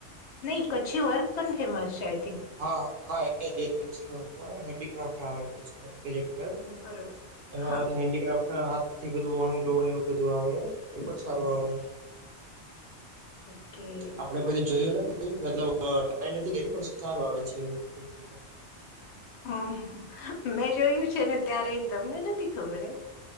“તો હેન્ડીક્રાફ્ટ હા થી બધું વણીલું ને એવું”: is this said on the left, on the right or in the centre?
Right